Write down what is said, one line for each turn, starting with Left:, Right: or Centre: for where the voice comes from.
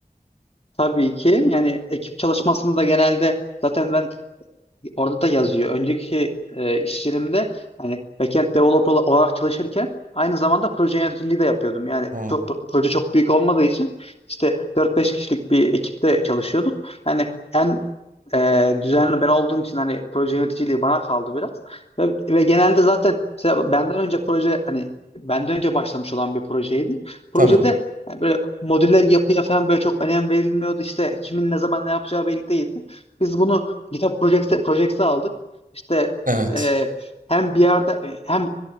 Left: Tabii ki yani ekip çalışmasında genelde zaten ben orada da yazıyor. Önceki e, iş yerimde hani backend developer olarak çalışırken aynı zamanda proje yöneticiliği de yapıyordum. Yani
Right: Hmm,
Left: çok, proje çok büyük olmadığı için işte dört beş kişilik bir ekipte çalışıyorduk. Yani en e, düzenli ben olduğum için hani proje yöneticiliği bana kaldı biraz. Ve, ve genelde zaten mesela benden önce proje hani benden önce başlamış olan bir projeydi. Projede
Right: tabii.
Left: yani böyle modüler yapıya falan böyle çok önem verilmiyordu. İşte kimin ne zaman ne yapacağı belli değildi. Biz bunu GitHub Projects'i Projects'i aldık. İşte
Right: Evet.
Left: e, hem bir yerde e, hem